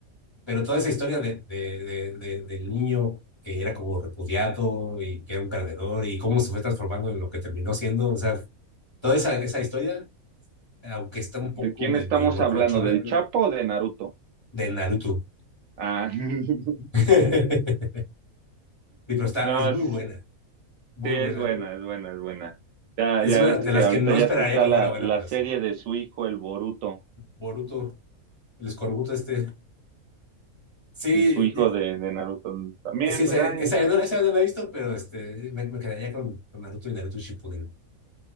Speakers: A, on the left; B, on the right.
A: pero toda esa historia de, de- de- de- del niño que era como repudiado y que era un perdedor y cómo se fue transformando en lo que terminó siendo, o sea, toda esa, esa historia, aunque está un
B: ¿De
A: poco
B: quién
A: medio
B: estamos
A: locochona,
B: hablando? ¿Del Chapo o de Naruto?
A: de Naruto.
B: Ah, <laughs>
A: <laughs> Y pero está,
B: no,
A: es muy
B: es-
A: buena, muy
B: sí, es
A: buena.
B: buena, es buena, es buena. Ya,
A: Es
B: ya
A: una
B: ves
A: de
B: que
A: las
B: ahorita
A: que no
B: ya
A: esperaría
B: está, está
A: que
B: la,
A: fuera buena,
B: la
A: pero
B: serie
A: sí.
B: de su hijo, el Boruto,
A: Boruto, el escorbuto este. Sí,
B: y su hijo
A: ya-
B: de, de Naruto también,
A: sí, esa,
B: pues
A: esa
B: ay.
A: ya no, esa ya no la he visto, pero este, me, me quedaría con, con Naruto y Naruto Shippuden.